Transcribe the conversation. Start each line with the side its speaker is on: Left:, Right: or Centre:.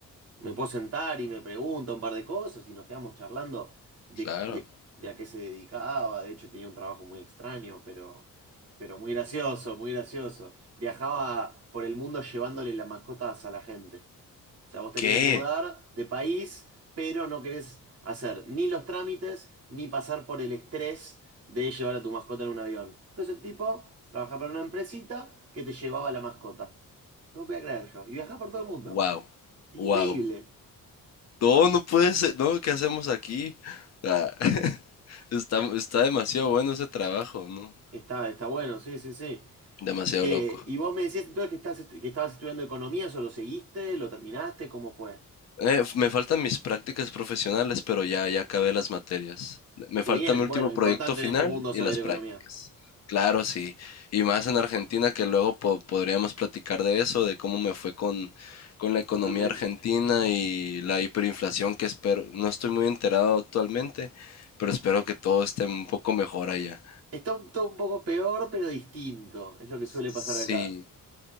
Right: Me puedo sentar y me pregunta un par de cosas y nos quedamos charlando de,
Left: claro.
Right: de- de a qué se dedicaba. De hecho, tenía un trabajo muy extraño, pero, pero muy gracioso, muy gracioso. Viajaba por el mundo llevándole las mascotas a la gente. O sea, vos te
Left: ¿Qué?
Right: querés mudar de país, pero no querés hacer ni los trámites ni pasar por el estrés de llevar a tu mascota en un avión. Entonces el tipo trabajaba para una empresita que te llevaba la mascota. No podía creer yo. Y viajaba por todo el mundo.
Left: Wow,
Right: Increíble.
Left: wow. No, no puede ser, no, ¿qué hacemos aquí? Ah, <laughs> está, está demasiado bueno ese trabajo, ¿no?
Right: Está, está bueno, sí, sí, sí.
Left: Demasiado
Right: Eh,
Left: loco.
Right: y vos me decías entonces que, estás, est- que estabas estudiando economía, ¿eso lo seguiste? ¿Lo terminaste? ¿Cómo fue?
Left: Eh, me faltan mis prácticas profesionales, pero ya, ya acabé las materias. Me
Right: Qué
Left: falta
Right: bien,
Left: mi último
Right: bueno, importante
Left: proyecto final
Right: en este mundo
Left: y
Right: saber
Left: las
Right: economía.
Left: prácticas. Claro, sí. Y más en Argentina, que luego po- podríamos platicar de eso, de cómo me fue con, con la economía
Right: Totalmente.
Left: argentina y la hiperinflación que espero. No estoy muy enterado actualmente, pero espero que todo esté un poco mejor allá.
Right: Está un, todo un poco peor, pero distinto. Es lo que suele
Left: Sí,
Right: pasar acá.